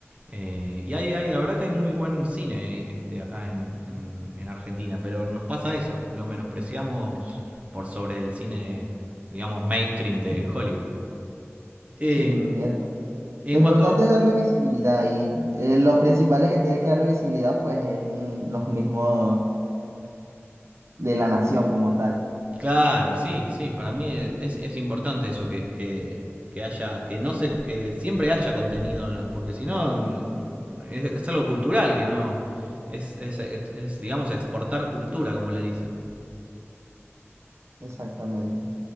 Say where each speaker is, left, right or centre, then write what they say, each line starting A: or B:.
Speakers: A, on the right (about 25°); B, on the right (about 70°).
A: Eh, y hay, hay, la verdad que hay muy buen cine este, acá en, en, en Argentina, pero nos pasa eso, lo menospreciamos por sobre el cine, digamos, mainstream de
B: Sí.
A: Hollywood. Eh,
B: Sí, el-
A: en
B: lo importante
A: cuanto,
B: es darle visibilidad y eh, lo principal es que tiene que darle visibilidad, pues es mm, los mismos de la nación como tal.
A: claro, sí, sí, para mí es, es importante eso que, que, que, haya, que no se, que siempre haya contenido, porque si no, es, es, algo cultural, que no, es, es, es, es, digamos, exportar cultura, como le dicen.
B: Exactamente.